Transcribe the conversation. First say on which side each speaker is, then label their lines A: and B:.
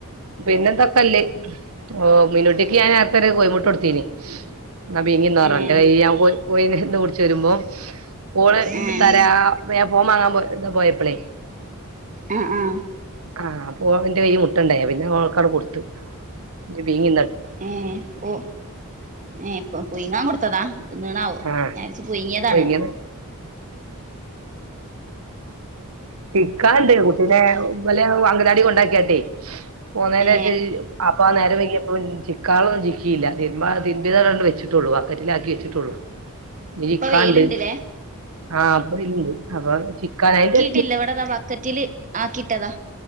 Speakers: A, on the right; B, on the right.
A: പിന്നെന്താ ക്കാനല്ലേ ഓ മിന്നുട്ടിക്ക് ഞാൻ നേരത്തെ ഒരു കോയിമുട്ട കൊടുത്തീന് ഇന്നാ പീങ്ങി ന്നേപറഞ്ഞാ
B: ഏഹ്
A: ഇന്റെ കൊ കോ നിന്ന് പുട്ച്ച് വരുമ്പോം ഓ ള്
B: ഏഹ്
A: തരാ പ്പം ഞാൻ ഫോ മാങ്ങാൻ പോ എന്താ പോയപ്പളേ
B: ആ ആ
A: ആഹ് അപ്പോ ന്റെ കൈയ് മുട്ടണ്ടായ പിന്നെ ഓക്കാട് കൊടുത്ത് ജ് പീങ്ങി
B: ഏ ഓ ഏ ഇപ്പൊ പുഴ്ങ്ങാൻ കൊടുത്തതാ തിന്ന് ണാവോ
A: ആഹ്
B: ഞാരിച്ച പുഴുങ്ങീതാണെന്ന്
A: പുഴുങ്ങിയത് ഉ ചിക്കാണ്ട് കുട്ടീനെ
B: കുട്ട്
A: വല് അങ്കലാടി കൊണ്ടാക്കിയാട്ടെ പോന്നേനേഷംഅപ്
B: ഏ
A: അപ്പ ആ നേര വെക്കിയപ്പ ചിക്കാളൊന്നും ചിക്കിയില്ല തീർമ്പ തിർ മ്ബ്യേത് അവിടെ ങ്ങാട് വച്ചിട്ടുള്ളു ആ വകറ്റിലാക്കി വെച്ചിട്ടുള്ളൂ ഇഞ്ഞ് ചിക്കാണ്ട്
B: ഇപ്പൊ വെയിലുണ്ട്ല്ലേ
A: ആഹ് അപ്പൊ ഇത്ണ്ട് അപ്പൊ ചിക്കാൻ ആയിറ്റ്
B: ട്ടില്ല ഇവിടെതാ ബക്കറ്റില് ആക്കിട്ടതാ